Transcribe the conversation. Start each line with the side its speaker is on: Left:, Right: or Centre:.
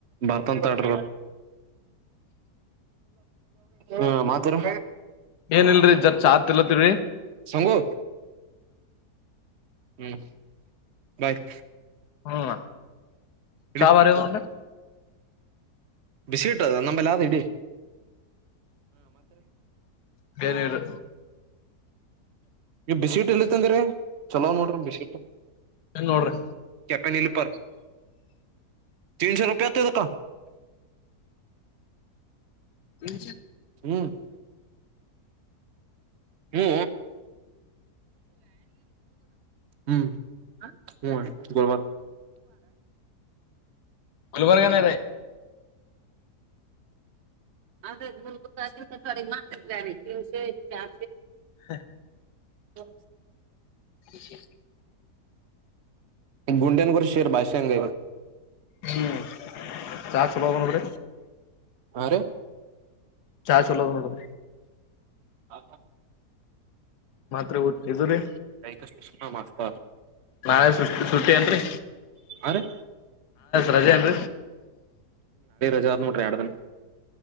Right: ಬರ್ತ ಅಂತಡ್ರ ಹ್ಮ ಮಾತಾರ
Left: ಏನ್ಲ್ರರಿ ಜರ್ ಚಾ ತಿಲತ್ತರಿ
Right: ಸಂಗು ಹ್ಮ್ ಬಾಯ್
Left: ಹ್ಮ
Right: ಇಡಿ
Left: ಚ ಬರದುಟ
Right: ಬಿಸಿ ಇಟ್ಟದ ನಂಬಲ್ಲ ಆದ ಇಡೀ
Left: ಬೇನರು
Right: ಬಿಸ್ಿಟ್ ಎಲ್ಲಿತ್ತಂದ್ರರಿ ಚಲೋ್ ನೋಡ್ರಿ ಬ್ಿಟ್
Left: ಏನ್ ನೋಡ್ರಿ
Right: ಕೆಪೆನ್ ಇಲ್ಪ ತೀನ್ ಸೋ ರೂಪೆತ್ತುದಕ್ಕ
Left: ಎ
Right: ಹ್ಮ್ ಹಊ ಹ್ಮ್ ಹ ಗುಲ್ಬ
Left: ಗುಲ್ಬರ್ಗನರ
Right: ಅದೇ ಗುಂತ ಮಾ್ದ ಚಸ ಚ
Left: ಹ
Right: ನ
Left: ಚೆ
Right: ಗುಂಡನಗುರ ಶರ್ ಬಷಂಗ
Left: ಹ್ಮ್ ಚಾ ಚಲ ನೋಡ್ರ
Right: ಮ
Left: ಚಾ ಚುಲ್ಲದ ನೋಡದು
Right: ಹ
Left: ಮಾತ್ರ ಊ ಇರಿ
Right: ಕೈಕಸಷನ್ನ ಮಾಗ್ತ
Left: ನಾಳೆ ಸುಟ್ಟಿ ಸುಟ್ಟಿ ಏನ್ರಿ
Right: ಅರೆ
Left: ರಜೆಂತ
Right: ಟ್ರ ಆಡದನೆ